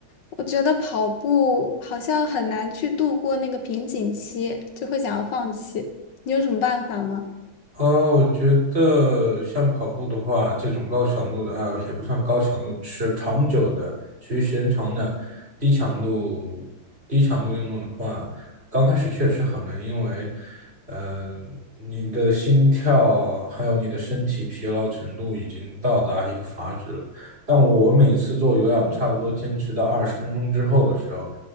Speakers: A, on the left (about 65°); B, on the right (about 30°).
A: 我觉得跑步好像很难去度过那个瓶颈期，就会想要放弃。你有什么办法吗？
B: 呃，我觉得像跑步的话，这种高强度的，呃，也不算高强度，持长久的，持续时间长的，低强度、低强度运动的话，刚开始确实很累，因为，嗯，你的心跳还有你的身体疲劳程度已经到达一个阀值了。但我每次做有氧，差不多坚持到二十分钟之后的时候，